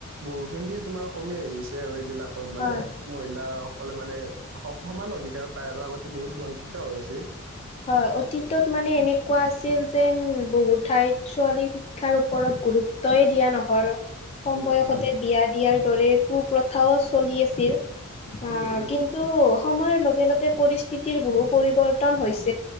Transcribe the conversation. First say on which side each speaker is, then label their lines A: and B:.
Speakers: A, on the right; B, on the left.
A: বহুখিনিয়ে তোমাৰ কমি আহিছে আৰু এইবিলাক মানে
B: হয়
A: মহিলাাসকলে মানে সমান অধিকাৰ পায় আৰু আগতে বহুত বঞ্চিত হৈ আছে
B: হয় অতীতত মানে এনেকুৱা আছিল যেন বহুত ঠাইত ছোৱালী শিক্ষাৰ ওপৰত গুৰুত্বয়ে দিয়া নহয় কম
A: উম
B: বয়সতে
A: উম
B: বিয়া দিয়াৰ দৰে কুপ্ৰথাও চলি আছে। অ
A: উম উম
B: কিন্তু সময়ৰ লগে লগে পৰিস্থিতিৰ বহু পৰিৱৰ্তন হৈছে